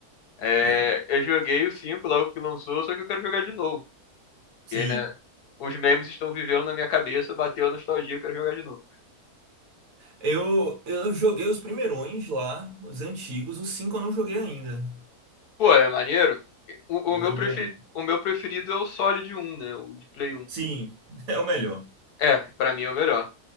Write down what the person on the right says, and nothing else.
né?
Sim.
Eu, eu joguei os primeirões lá, os antigos, os cinco eu não joguei ainda.
Não
joguei
ainda.
Sim, <laughs> é o melhor.